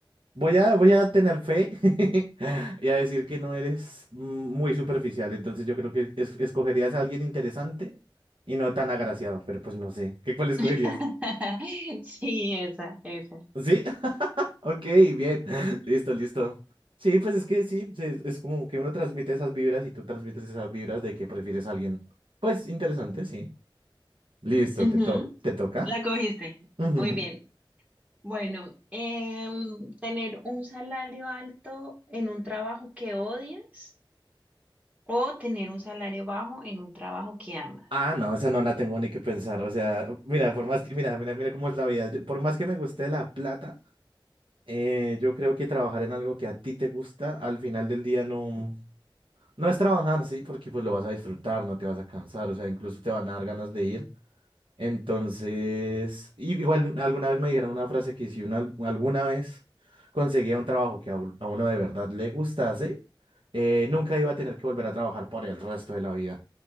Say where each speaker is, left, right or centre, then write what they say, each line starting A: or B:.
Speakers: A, on the right; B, on the right.
A: Voy a, voy a tener fe <laughs> y a decir que no eres mm, muy superficial, entonces yo creo que es- escogerías a alguien interesante y no tan agraciado, pero pues no sé. ¿Qué cuál escogerías?
B: <laughs> Sí, esa, esa.
A: ¿Sí? <laughs> Ok, bien. <laughs> Listo, listo. Sí, pues es que sí, se- es como que uno transmite esas vibras y tú transmites esas vibras de que prefieres a alguien, pues interesante, sí. Listo,
B: Ujú.
A: te, to- ¿te toca?
B: La cogiste.
A: Ujú.
B: Muy bien. Bueno, em, tener un salario alto en un trabajo que odias o tener un salario bajo en un trabajo que amas.
A: Ah, no, esa no la tengo ni que pensar. O sea, mira, por más que, mira, mira, mira cómo es la vida. Yo- por más que me guste la plata, eh, yo creo que trabajar en algo que a ti te gusta, al final del día no, no es trabajar, sí, porque pues lo vas a disfrutar, no te vas a cansar, o sea, incluso te van a dar ganas de ir. Entonces, y- igual alguna vez me dijeron una frase que si una alguna vez conseguía un trabajo que a, u- a uno de verdad le gustase, eh, nunca iba a tener que volver a trabajar por el resto de la vida.